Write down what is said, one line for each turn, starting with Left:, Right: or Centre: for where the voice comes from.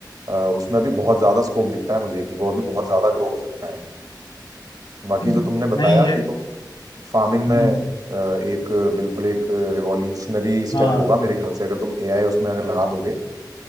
Right: अ, उसमें अभी बहुत ज्यादा स्कोप दिखता है मुझे कि वो अभी बहुत ज्यादा ग्रो हो सकता है बाकी
Left: हम्म,
Right: जो तुमने बताया
Left: नहीं ये
Right: कि तुम फार्मिंग में
Left: हम्म,
Right: अ, एक बिल्कुल एक रिवॉल्यूशनरी स्टेप
Left: हाँ
Right: होगा मेरे ख्याल से अगर तुम एआई उसमें अगर लगा दोगे